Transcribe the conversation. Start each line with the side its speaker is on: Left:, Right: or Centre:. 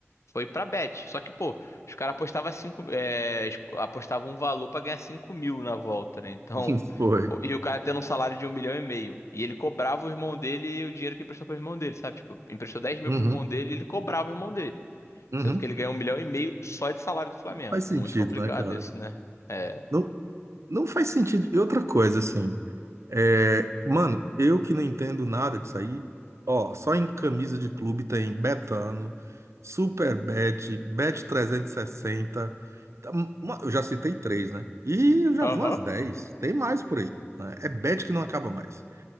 Left: foi pra bet. Só que, pô, os caras apostavam cinco, é, es- apostavam um valor pra ganhar 5 mil na volta, né? Então,
Right: <laughs> Foi.
Left: o- e o cara tendo um salário de um milhão e meio. E ele cobrava o irmão dele o dinheiro que emprestou pro irmão dele, sabe? Tipo, emprestou dez mil
Right: Uhum.
Left: pro irmão dele e ele cobrava o irmão dele.
Right: Uhum.
Left: Sendo que ele ganhou um milhão e meio só de salário do Flamengo.
Right: Faz
Left: Muito
Right: sentido,
Left: complicado
Right: né, cara?
Left: isso, né? É.
Right: Não, não faz sentido. E outra coisa, assim, É, mano, eu que não entendo nada disso aí, ó, só em camisa de clube tem Betano, Superbet, Bet360, tá, uma- eu já citei três, né? E eu já
Left: Aham.
Right: vi umas dez, tem mais por aí, né? É bet que não acaba mais.